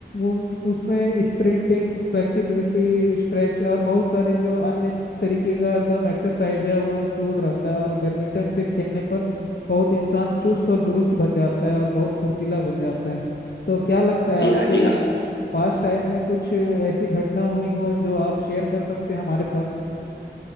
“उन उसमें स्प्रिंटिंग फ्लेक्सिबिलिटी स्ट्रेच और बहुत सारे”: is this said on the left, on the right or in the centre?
Left